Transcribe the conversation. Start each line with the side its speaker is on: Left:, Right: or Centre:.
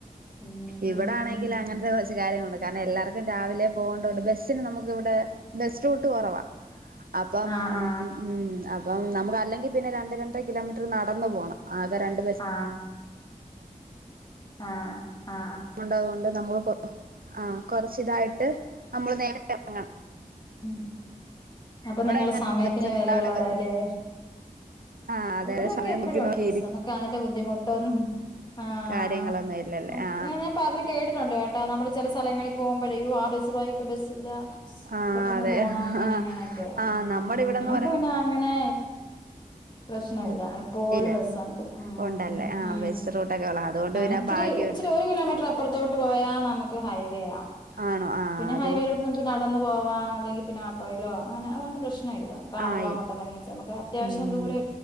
Left: ഉം
Right: ഇവിടെ
Left: ഉം
Right: ആണെങ്കിൽ അങ്ങനത്തെ കുറച്ച് കാര്യങ്ങളൊെ കാരണം എല്ലാർക്കും രാവിലെ പോകണ്ട കൊണ്ട് ബസ്സിന് നമുക്ക് ഇവിടെ ബസ് റൂട്ട് കുറവാ അപ്പം
Left: ആ
Right: ഉ
Left: ആ
Right: ഉ അപ്പം നമുക്ക് അല്ലെങ്കിൽ പിന്നെ രണ്ട് രണ്ട കിലോമീറ്റർ നടന്നു പോണം ആകെ രണ്ട് ബസ്
Left: ആ ആ ആ
Right: ള്ളണ്ട് നമു ആ് കൊറച്ച ഇതായിട്ട് നമ്മള് നേര ഇറങ്ങണം
Left: ഉ അപ്പൊ
Right: അവിടെ
Left: നിങ്ങൾ
Right: എങ്ങനെ
Left: സമയത്തിന് വിലയുള്ളവരല്ലേ
Right: രാവിലൊക്കെ? ആ അതെ
Left: ഇവിടെയൊക്കെ
Right: അതെ സമയം
Left: എപ്പഴും
Right: നോക്കി നോക്കി
Left: ഉണ്ട് ബ
Right: ഇരിക്കും
Left: നമുക്ക് അതിന്റെ ബുദ്ധിമുട്ട് ആഹ
Right: കാര്യങ്ങളൊന്നും ഇല്ലല്ലേ ആ
Left: ഞാൻ പറഞ്ഞു കേട്ടിട്ടുണ്ട് കേ നമ്മള് ചില സ്ഥലങ്ങളിൽ പോകുമ്പോഴേും ആ ബസ്സുായി ഇപ്പ ബസ്സില്ല
Right: ആ
Left: പെട്ടന്ന്
Right: അതെ
Left: പോണം അങ്ങനെ
Right: ആ
Left: എങ്ങനെയൊക്കെ
Right: ആ നമ്മുടെ ഇവിടെന്ന്
Left: നമക്ക്
Right: പറയുമ്പോ
Left: പിന്നെ അങ്ങനെ പ്രശ്ന
Right: ഉം
Left: ഇല്ല എപ്പോഴും
Right: ഇല്ല
Left: ബസുണ്ട് ഉ
Right: ഉണ്ടല്ലേ ആ വെസ്റ്റ്റൂട്ടൊക്കെ ഉള്ള അതുകൊണ്ട് പിന്നെ
Left: ഇച്ചരി
Right: ഭാഗ്യമുണ്ട്
Left: ഇച്ചിരി ഒരു കിലോമീറ്റർ അപ്പുറത്തോട്ട് പോയാൽ നമുക്ക് ഹൈവേ ആ
Right: ആണോ ആ
Left: പിന്നെ
Right: അതോ
Left: ഹൈവേയിലോട്ട് നമുക്ക് നടന്ന പോവാ അല്ലെങ്ക പിന്നെ ആപ്പായിലോ അങ്ങനെ അതുകൊണ്ട് പ്രശ്നം കാറിലോ
Right: ആയി
Left: അങ്ങോട്ട ഇറങ്ങിട്ട് നമുക്ക് അത്യാവശം
Right: ഉം
Left: ദൂര